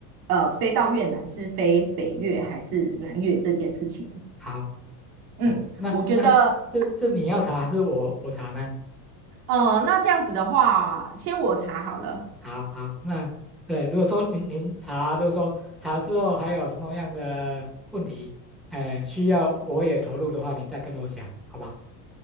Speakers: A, on the right; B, in the centre.
A: 呃飞到越南是飞北越还是南越这件事情。
B: 好，
A: 嗯。
B: 嗯，那那这是你要查还是我我查呢？
A: 我觉得呃，那这样子的话，先我查好了，
B: 好好，那对，如果说您您查，如果说查之后还有什么样的问题，哎，需要我也投入的话，你再跟我讲，好吧？